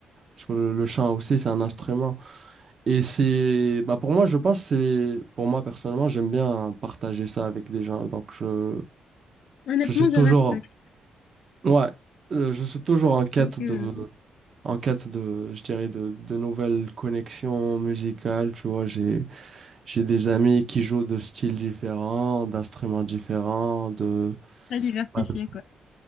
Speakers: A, on the right; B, on the left.
A: sur le, le chant aussi c'est un instrument et c'est bah pour moi je pense c'est pour moi personnellement j'aime bien partager ça avec des gens donc je
B: Honnêtement,
A: je suis toujours
B: je respecte,
A: ouais euh, je suis toujours en quête
B: parce que,
A: de en cas de, je dirais, de, de nouvelles connexions musicales, tu vois, j'ai, j'ai des amis qui jouent de styles différents, d'instruments différents, de...
B: très diversifié,
A: Ouais, donc,
B: quoi.